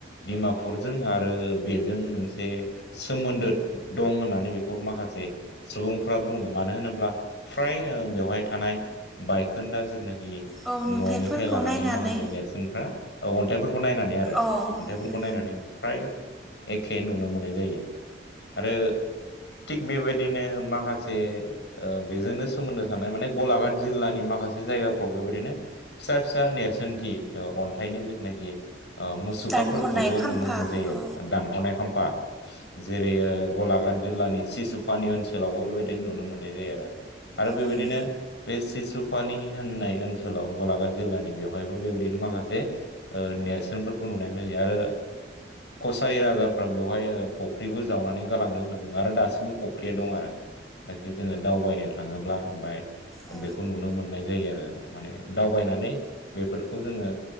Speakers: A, on the left (about 70°); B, in the centre.
A: दिमापुरजों आरो बेजों मोनसे सोमोन्दो दं होननानै बेखौ माखासे से सुबुंफोरा बुङो मानो होनोब्ला फ्राय बेवहाय थानाय बायखोन्दा जेथुनाखि न'निफ्राय
B: औ नुथायफोरखौ
A: लानानै
B: नायनानै
A: माखासे नेरसोनफ्रा अन्थाइफोरखौ नायनानै आरो
B: अ
A: अन्थाइफोरखौ
B: उम
A: नायनानै फ्राय एखे नुनो मोननाय जायो आरो थिग बेबायदिनो माखासे ओ बेजोंनो सोमोन्दो थानाय माने गलाघाट जिल्लानि मा माखासे जायगाफ्राव बेबायदिनो फिसा फिसा नेरसोनथि ओ अन्थाइनि जिथुनाखि ओ मुसुखाफोरखौबो
B: दानख'नाय खाम्फा
A: नुनो मोननाय जायो आरो
B: अ
A: दानख'नाय खाम्फा जेरै गलाघाट जिल्लानि सिसुपानि ओनसोलावबो बेबायदि नुनो मोननाय जायो आरो। आरो बेबायदिनो
B: उम
A: बे सिसुपानि होननाय ओनसोलाव गलाघाट जिल्लानि बेवहायबो बेबायदिनो। माखासे ओ नेरसोनफोरखौ नुनाय जायो आरो। कसारि राजाफ्रा बेवहाय फख्रिबो जावनानै गालांदों होनना बुङो आरो दासिमबो फख्रिया दं आरो। बेवहाय जोङो दावबायनो थाङोब्ला ओमफ्राय
B: औ
A: बेखौ नुनो मोननाय जायो आरो माने दावबायनानै बेफोरखौ जोङो